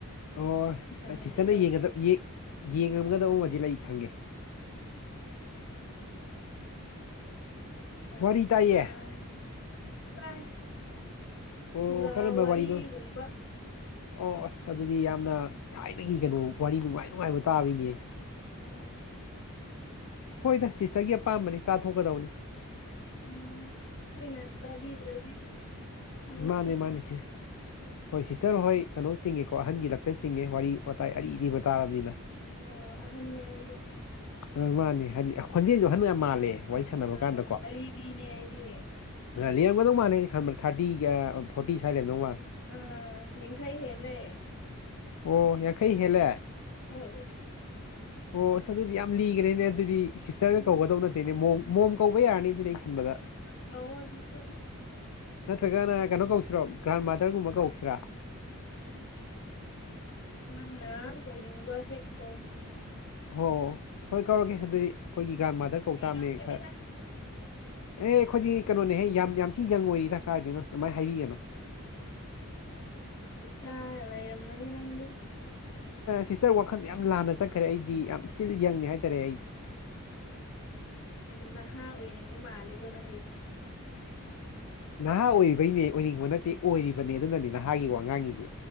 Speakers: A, on the left; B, on the left.
A: ꯑꯣ
B: ꯍꯅꯨꯕꯤꯗꯧꯅ
A: ꯁꯤꯁꯇꯔꯅꯒ ꯌꯦꯡꯉꯝꯒꯗꯕ ꯑꯃꯗꯤ ꯂꯩ ꯈꯪꯉꯦ
B: <inaudible> ꯁꯦꯔꯥꯟ
A: ꯋꯥꯔꯤ ꯇꯥꯏꯌꯦ
B: ꯇꯨꯔꯥꯟ ꯇꯥꯏ
A: ꯑꯣ
B: ꯐꯨꯡꯒꯥ
A: ꯀꯔꯝꯕ
B: ꯋꯥꯔꯤꯒꯨꯝꯕ
A: ꯋꯥꯔꯤꯅꯣ ꯑꯣ ꯑꯁ ꯑꯗꯨꯗꯤ ꯌꯥꯝꯅ ꯊꯥꯏꯅꯒꯤ ꯀꯩꯅꯣ ꯋꯥꯔꯤ ꯅꯨꯡꯉꯥꯏ ꯅꯨꯡꯉꯥꯏꯕ ꯇꯥꯕꯤꯅꯦ
B: ꯑꯣ ꯎꯝ
A: ꯍꯣꯏꯗ ꯁꯤꯁꯇꯒꯤ ꯑꯄꯥꯝꯕꯅꯤ ꯇꯥꯊꯣꯛꯀꯗꯕꯅꯤ
B: ꯎꯝ ꯑꯩꯈꯣꯏꯅ ꯇꯥꯕꯤꯗ꯭ꯔꯗꯤ ꯃꯣꯏꯁꯨ
A: ꯃꯥꯅꯦ ꯃꯥꯅꯤꯁꯤ ꯍꯣꯏ ꯁꯤꯁꯇꯔ ꯍꯣꯏ ꯀꯩꯅꯣ ꯆꯤꯡꯉꯦꯀꯣ ꯑꯍꯟꯒꯤ ꯂꯛꯇ ꯆꯤꯡꯉꯦ ꯋꯥꯔꯤ ꯋꯥꯇꯥꯏ ꯑꯔꯤꯕꯤ ꯇꯥꯔꯕꯅꯤꯅ
B: ꯑꯣ ꯑꯍꯥꯟꯅꯦ ꯑꯩꯗꯤ
A: ꯍ ꯃꯥꯅꯤ ꯍꯥꯏꯗꯤ ꯈꯣꯟꯖꯦꯜꯁꯨ ꯍꯟ ꯌꯥꯝ ꯃꯥꯜꯂꯦ ꯋꯥꯏ ꯁꯥꯟꯅꯕ
B: ꯑ
A: ꯀꯥꯟꯗꯀꯣ
B: ꯑꯔꯤꯕꯤꯅꯦ ꯑꯩꯗꯤ
A: ꯂꯩꯔꯝꯒꯗꯧ ꯃꯥꯜꯂꯦ ꯑꯩ ꯈꯟꯕꯗ ꯊꯥꯔꯇꯤꯒ ꯐꯣꯔꯇꯤ ꯁ꯭ꯋꯥꯏ ꯂꯩꯔꯝꯗꯧ ꯃꯥꯜꯂꯦ
B: ꯑꯥ ꯌꯥꯡꯈꯩ ꯍꯦꯜꯂꯦ
A: ꯑꯣ ꯌꯥꯡꯈꯩ ꯍꯦꯜꯂꯦ
B: ꯑꯧ
A: ꯑꯣꯁ ꯑꯗꯨꯗꯤ ꯌꯥꯝ ꯂꯤꯒꯔꯦꯅꯦ ꯑꯗꯨꯗꯤ ꯁꯤꯁꯇꯔꯒ
B: ꯎꯝ
A: ꯀꯧꯒꯗꯧꯅꯦ ꯇꯦꯅꯦ ꯃꯣꯝ ꯃꯣꯝ ꯀꯧꯕ ꯌꯥꯔꯅꯤ ꯑꯗꯨꯗꯤ ꯑꯩ ꯈꯟꯕꯗ
B: ꯀꯧꯑꯣ ꯑꯗꯨꯁꯨ
A: ꯅꯠꯇ꯭ꯔꯒꯅ ꯀꯩꯅꯣ ꯀꯧꯁꯤꯔꯣ ꯒ꯭ꯔꯥꯟ ꯃꯥꯗꯔꯒꯨꯝꯕ ꯀꯧꯁꯤꯔꯥ
B: ꯎꯝ ꯅꯪꯅ ꯇꯧꯅꯤꯡꯕ ꯍꯦꯛꯇ ꯇꯧ
A: ꯑꯣ ꯍꯣꯏ ꯀꯧꯔꯒꯦ ꯑꯗꯨꯗꯤ ꯑꯩꯈꯣꯏꯒꯤ ꯒ꯭ꯔꯥꯟ
B: ꯅꯪꯁꯨ
A: ꯃꯥꯗꯔ ꯀꯧꯇꯥꯝꯅꯦ
B: ꯂꯤꯔꯝꯒꯅꯤꯗ
A: ꯈꯔ ꯑꯦ ꯑꯩꯈꯣꯏꯗꯤ ꯀꯩꯅꯣꯅꯦꯍꯦ ꯌꯥꯝ ꯌꯥꯝ ꯊꯤ ꯌꯪ ꯑꯣꯏꯔꯤ ꯗ ꯀꯥꯏꯔꯗꯅꯣ ꯁꯨꯃꯥꯏꯅ ꯍꯥꯏꯕꯤꯒꯅꯨ
B: ꯅꯆꯥꯑ ꯂꯩꯔꯝꯃꯅꯤ ꯅꯪꯗꯤ
A: ꯁꯤꯁꯇꯔ ꯋꯥꯈꯜꯗ ꯌꯥꯝ ꯂꯥꯟꯅ ꯆꯠꯈ꯭ꯔꯦ ꯑꯩꯗꯤ ꯌꯥꯝ ꯏꯁꯇꯤꯜꯂꯤ ꯌꯪꯅꯤ ꯍꯥꯏꯇꯥꯔꯦ ꯑꯩꯗꯤ
B: ꯌꯥꯝ ꯅꯍꯥ ꯑꯣꯏꯅꯤꯡꯕ ꯃꯥꯜꯂꯦꯀꯣ ꯅꯪꯒꯤꯁꯦ
A: ꯅꯍꯥ ꯑꯣꯏꯔꯤꯕꯩꯅꯦ ꯑꯣꯏꯅꯤꯡꯕ ꯅꯠꯇꯦ ꯑꯣꯏꯔꯤꯕꯅꯦ ꯑꯗꯨꯅꯅꯤ ꯅꯍꯥꯒꯤ ꯋꯥꯉꯥꯡꯉꯤꯖꯦ